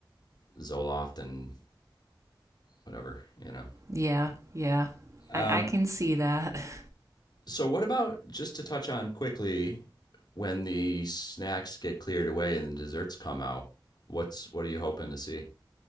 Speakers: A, on the left; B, on the right.
A: Zoloft and whatever. You know.
B: Yeah. Yeah.
A: Um,
B: I I can see that. <laughs>
A: So, what about just to touch on quickly when the snacks get cleared away and the desserts come out? What's what are you hoping to see?